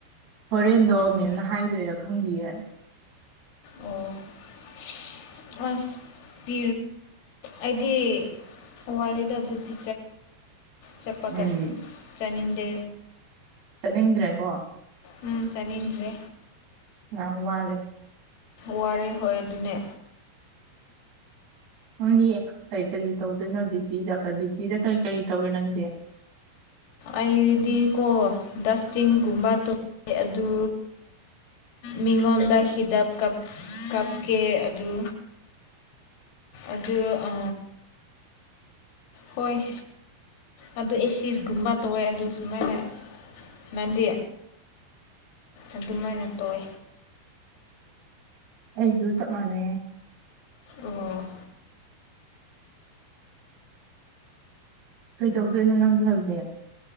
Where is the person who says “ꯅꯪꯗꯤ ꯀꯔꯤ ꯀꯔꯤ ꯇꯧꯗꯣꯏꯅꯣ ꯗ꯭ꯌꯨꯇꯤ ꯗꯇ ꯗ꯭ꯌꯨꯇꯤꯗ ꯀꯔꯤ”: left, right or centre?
Right